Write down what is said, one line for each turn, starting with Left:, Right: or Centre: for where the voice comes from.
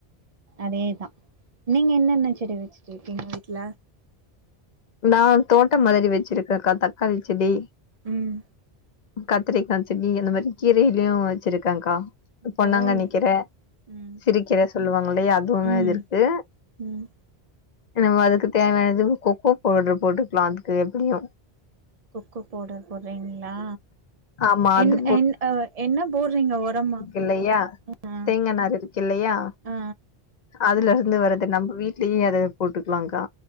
Right: அதேதா நீங்க என்னென்ன செடி வச்சுட்ருக்கீங்க வீட்ல
Left: நா தோட்டோ மாதிரி வச்சிருக்கேக்கா தக்காளி செடி
Right: ம்
Left: கத்திரிக்கா செடி அந்த மாரி கீரைலயு வச்சிருக்கேன்க்கா பொன்னாங்கண்ணி
Right: பரவாயில்லையே
Left: கீர
Right: ம்
Left: சிறுக்கீர சொல்லுவாங்கல்லயா அதுவுமே
Right: ம்
Left: இருக்கு
Right: ம்
Left: நம்ம அதுக்கு தேவயானது கொக்கோ பவுட்ரு போட்டுக்லா அதுக்கு எப்டியு
Right: கொக்கோ பவுடர் போட்றீங்களா
Left: ஆமா
Right: என்
Left: அது
Right: என் ஆ என்ன போட்றீங்க ஒரமா
Left: இல்லயா
Right: ஆ
Left: தேங்கா நார் இருக்கு இல்லயா
Right: ஆ
Left: அதுலருந்து வர்றது நம்ப வீட்லயே அது போட்டுக்லாகா